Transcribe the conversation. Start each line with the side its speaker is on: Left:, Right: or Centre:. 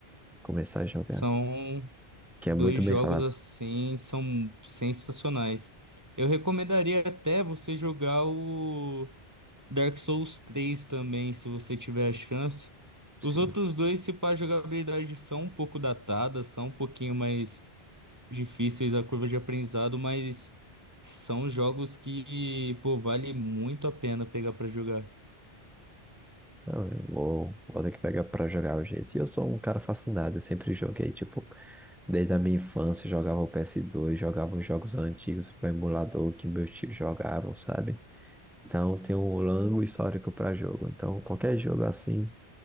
Centre: começar a jogar,
Right: São
Centre: que
Right: dois
Centre: é muito bem
Right: jogos
Centre: falado.
Right: assim, são sensacionais. Eu recomendaria até você jogar o Dark Souls 3 também, se você tiver a chance.
Centre: Sim,
Right: Os outros
Centre: sim.
Right: dois, se pá, a jogabilidade são um pouco datadas, são um pouquinho mais difíceis a curva de aprendizado, mas são jogos que, pô, vale muito a pena pegar pra jogar.
Centre: Não, eu vou, vou ter que pegar pra jogar o jeito. E eu sou um cara fascinado, eu sempre joguei, tipo, desde a minha infância, eu jogava o PS2, jogava os jogos antigos, o emulador que meus tios jogavam, sabe? Então, tem um longo histórico pra jogo. Então, qualquer jogo assim.